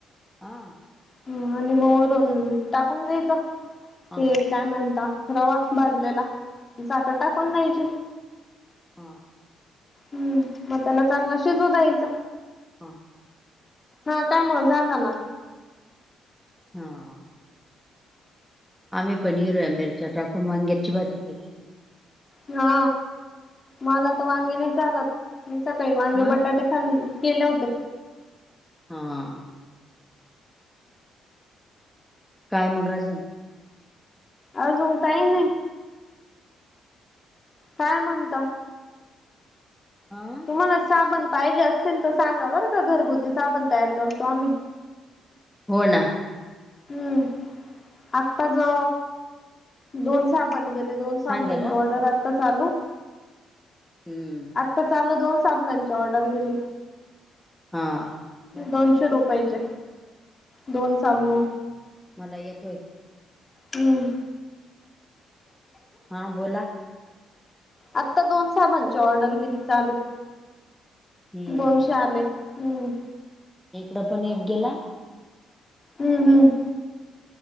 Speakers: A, in the centre; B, on the left.
A: हा
B: ह आणि मग वरून टाकून द्यायचं
A: हा
B: ते काय म्हणता? रवा भाजलेला चाक टाकून द्यायची.
A: हां.
B: हम् मग त्यांना चांगलं शिजव दयचं.
A: हां.
B: हा काय म झालं ना.
A: हा. आम्ही पनीर मिरच्या टाकून वांग्याची भाजी केली होती
B: हा मला तर वांगे नाही चालत मी सकाळी वांगे,
A: हा
B: बटाटे छ केलं होतं.
A: हा. काय मगराजं.
B: अजून काही नाही काय म्हणत.
A: हा.
B: तुम्हाला साबण पाहिजे असतील तर सांगा बरं का घरगुती साबण तयार करतो आम्ही.
A: हो ना.
B: हम्म आत्ता ज दोन साबण. गेले दोन
A: सांगेल
B: सामनांची
A: हा.
B: ऑर्डर आता चालू.
A: हम्म
B: तर चाल दोन साबनांची ऑर्डर गेली.
A: हा. गायत्री
B: दोनशे
A: दादा
B: रुपयाचे
A: फोन लाव
B: दोन साबण.
A: मला येतोय.
B: हम्म.
A: हा बोला.
B: आत्ता दोन साबांची ऑर्डर गेली चालूत.
A: हम्म
B: दोनश आले हम्म.
A: इकडं पण एक गेला.
B: हम्म हम्म.